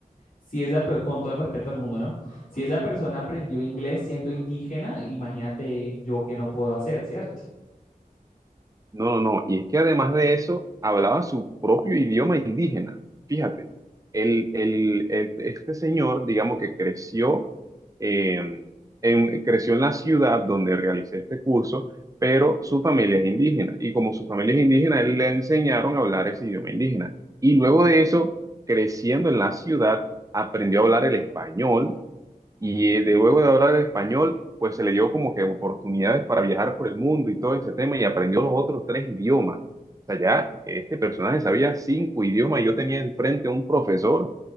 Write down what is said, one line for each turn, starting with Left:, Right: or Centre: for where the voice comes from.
Left: si esa, per- con todo el respeto al mundo, ¿no? Si esa persona aprendió inglés siendo indígena, imagínate yo que no puedo hacer, ¿cierto?
Right: No, no, no. Y es que además de eso, hablaba su propio idioma indígena. Fíjate, el, el- el- este señor, digamos que creció, eh, en, creció en la ciudad donde realicé este curso, pero su familia es indígena. Y como su familia es indígena, él le enseñaron a hablar ese idioma indígena. Y luego de eso, creciendo en la ciudad, aprendió a hablar el español y eh, de luego de hablar el español, pues se le dio como que oportunidades para viajar por el mundo y todo ese tema y aprendió los otros tres idiomas. O sea, ya eh, este personaje sabía cinco idiomas y yo tenía enfrente a un profesor